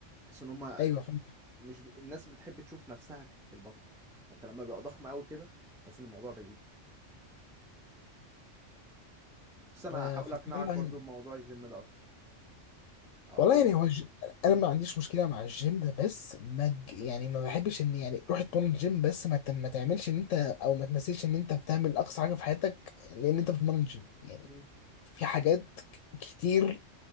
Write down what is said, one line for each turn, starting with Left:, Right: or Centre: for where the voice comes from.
Centre: تحس ان هم
Left: ايوه فهمت
Centre: مش ب... الناس بتحب تشوف نفسها في البطل فانت لما بيبقى ضخم قوي كده تحس ان الموضوع بعيد بس انا
Left: آه
Centre: هحاول
Left: فطلع
Centre: اقنعك
Left: يعني
Centre: برضو بموضوع الجيم ده اكتر اقول
Left: والله يعني
Centre: لك
Left: هو الج...
Centre: مم.
Left: انا ما عنديش مشكله مع الجيم بس ما ج- يعني ما بحبش ان يعني روح اتمرن الجيم بس ما, ت... ما تعملش ان انت او ما تمثلش ان انت بتعمل اقصى حاجه في حياتك لان انت بتتمرن جيم يعني
Centre: مم.
Left: في حاجات ك- كتير